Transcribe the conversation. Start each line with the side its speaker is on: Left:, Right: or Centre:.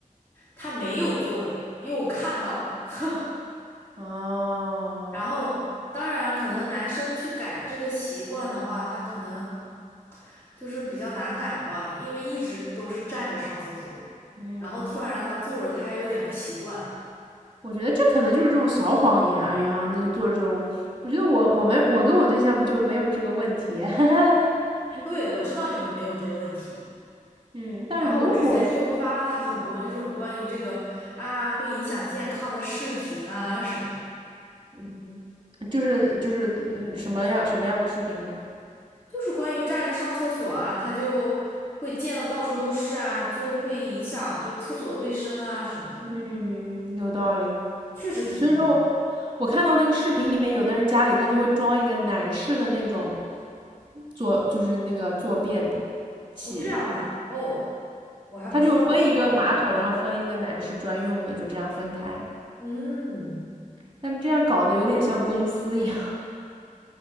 Left: 他没有坐着，因为我看到了。<laughs>
Right: 哦，
Left: 然后，当然，可能男生去改这个习惯的话，他可能就是比较难改吧，因为一直都是站着上厕所，
Right: 嗯，
Left: 然后突然让他坐着，他还有点不习惯。
Right: 我觉得这可能就是这种小谎言。哎呀，那就做着我，我觉得我我们我跟我对象就没有这个问题。<laughs>
Left: 对，我知道你们没有这个问题。
Right: 嗯，但如果说，
Left: 然后我之前就发了他很多那种关于这个啊会影响健康的视频啊什么，
Right: 嗯。嗯，就是就是嗯什么样什么样的视频呢？
Left: 就是关于站着上厕所啊，他就会溅得到处都是啊，就会影响就是厕所的卫生啊什么的，
Right: 嗯，有道理。
Left: 确实挺脏。
Right: 所以说我，我看到那个视频里面，有的人家里他就会装一个男士的那种坐，就是那个坐便器，
Left: 哦，这样的哦。我还不知道有这种。
Right: 他就分一个马桶，然后分一个男士专用的，就这样分开。
Left: 嗯，
Right: 但这样搞得有点像公司一样，